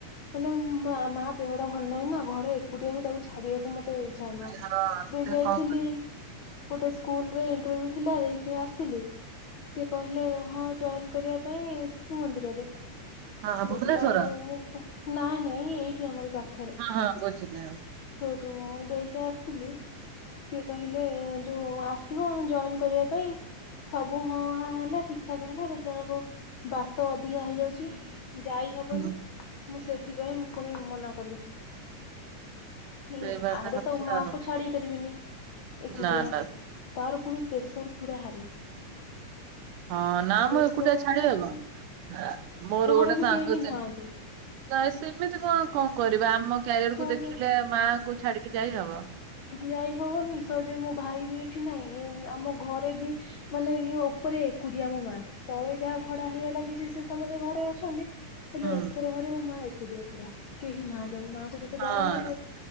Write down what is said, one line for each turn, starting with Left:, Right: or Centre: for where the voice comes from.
Left: ମାନେ ମାଆ ମାଆ ଦେହଟା ଭଲ ନାହିଁ ନା ଘରେ ଏକୁଟିଆ ବି ତାକୁ ଛାଡିବାକୁ ମତେ ଚାଲ
Right: ହଁ
Left: <unintelligible>
Right: ସେ
Left: ଯାଇଥିଲି।
Right: କଣ
Left: ଗୋଟେ ସ୍କୁଲରେ ଇଣ୍ଟରଭ୍ୟୁ ଥିଲା ଦେଇକି ଆସିଲି। ସିଏ କହିଲେ ହଁ ଜଏନ କରିବା ପାଇଁ ଶିଶୁ ମନ୍ଦିରରେ।
Right: ହଁ ଭୁବନେଶ୍ଵର
Left: ଦେଖିଲା ବେଳକୁ ମୁଁ ପ ନାଇଁ ନାଇଁ ଏଇଠି ଆମରି ପାଖ
Right: ହଁ ହଁ ବୁଝିଲି ଆଉ।
Left: ସେଇଠୁ ମୁ ଦେଇକି ଆସିଲି। ସିଏ କହିଲେ ଯୋଉ ଆସିବ ଜଏନ କରିବା ପାଇଁ। ସବୁ ହଁ ହା ହେଲା ଠିକ ଠାକ ହେଲା ଦେଖିଲା ବେଳକୁ ବାଟ ଅଧିକା ହେଇଯାଉଛି ଯାଇ ହବନି
Right: ହୁଁ
Left: ମୁଁ ସେଥିପାଇଁ ମୁଁ ପୁଣି ମନା କଲି। ହୁଁ
Right: ସେଇ ବାଟ
Left: ଆଡେ
Right: କଥା
Left: ତ ମାକୁ
Right: ଆଉ
Left: ଛାଡି ପାରିବିନି ଏକୁଟିଆ।
Right: ନା ନା
Left: ତାର ପୁଣି ପ୍ରେସର ପୁରା ହାଇ।
Right: ହଁ ନା
Left: ପ୍ରେସର
Right: ମ ଏକୁଟିଆ ଛାଡିହବ।
Left: ହାଇ
Right: ଆ ମୋର
Left: ଘରେ
Right: ଗୋଟେ
Left: ବି
Right: ସାଙ୍ଗ
Left: କେହି
Right: ସେମତି୍।
Left: ନାହାନ୍ତି
Right: ନାଇଁ ସେମିତି କଣ କଣ କରିବା ଆମ କ୍ୟାରିଅର
Left: ସହଜେ
Right: କୁ ଦେଖିଲେ ମାଆଙ୍କୁ ଛାଡିକି ଯାଇହବ।
Left: ଯାଇ ହବନି ସହଜରେ ମୋ ଭାଇ ବି ଏଠି ନାଇଁ ଆମ ଘରେ ବି ହି ମାନେ ଇଏ ଉପରେ ଏକୁଟିିଆ ମୋ ମାଆ ତଳେ ଯାହା ଭଡା ହେଇଆ ଲାଗିଛି ସେ ସମସ୍ତେ ଘରେ ଅଛନ୍ତି ହେଲେ
Right: ହୁଁ
Left: ଉପର ଘରେ ମୋ ମା ଏକୁଟିଆ ପୁରା କେହି ନାହାନ୍ତି ମା କ ଯେତେ
Right: ହଁ
Left: ଡର ମାଡିବ-